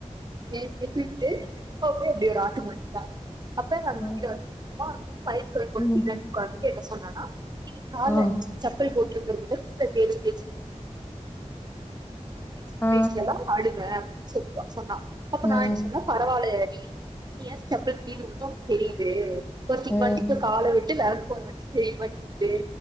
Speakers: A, on the right; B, on the left.
A: ஏத்தி ஏத்தி விட்டு அப்புறம் ஒரு ஆட்டம் ஆடிட்டா அப்ப
B: ம்
A: கீழ <unintelligible> பைக் சொல்லி கொடுத்து
B: ம்
A: <unintelligible> என்ன சொன்னானா இது கால்ல
B: ஆ
A: செப்பல் போட்ரு <unintelligible> விட்டுட்டு ஸ்பேஸ்
B: ஆ
A: லா அடுவ செக்வா சொன்னா அப்ப
B: ம்
A: நான் என் சொன்னே பரவால்லை நீ செப்பல் <unintelligible> தெரியுது ஒருத்திக்கு
B: ம்
A: வண்டிக்குள்ள கால விட் <unintelligible> தெ மாட்கி